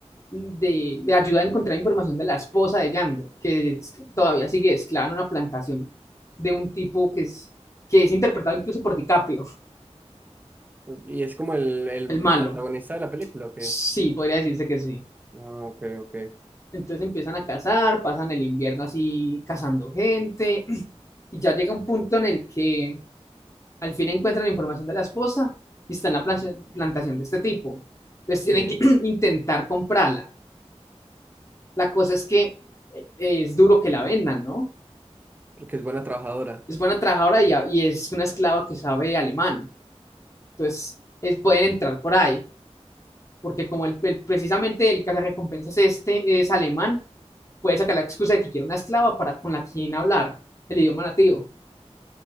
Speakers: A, on the left; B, on the right.
A: de, le ayuda a encontrar información de la esposa de Django, que es- todavía sigue esclava en una plantación de un tipo que es, que es interpretado incluso por DiCaprio,
B: ¿Y es como el, el
A: el malo.
B: antagonista de la película o qué?
A: Sí, podría decirse que sí.
B: Ah, ok, ok.
A: Entonces empiezan a cazar, pasan el invierno así cazando gente y ya llega un punto en el que al fin encuentran la información de la esposa y está en la plantación- plantación de este tipo. Entonces tienen
B: Sí,
A: que <clears throat> intentar comprarla. La cosa es que eh, es duro que la vendan, ¿no?
B: porque es buena trabajadora.
A: Es buena trabajadora y, a- y es una esclava que sabe alemán. Entonces es- pueden entrar por ahí, porque como el, el- precisamente el cazarrecompensas este es alemán, puede sacar la excusa de que quiere una esclava para con la quien hablar el idioma nativo.